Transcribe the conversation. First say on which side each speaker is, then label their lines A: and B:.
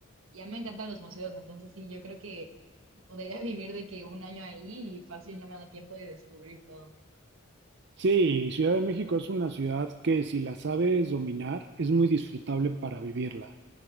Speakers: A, on the right (about 90°); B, on the right (about 55°).
A: Ya me encantan los museos, entonces sí, yo creo que podría <laughs> vivir de que un año ahí y fácil no me da tiempo de descubrir todo.
B: Sí, Ciudad de México es una ciudad que si la sabes dominar es muy disfrutable para vivirla,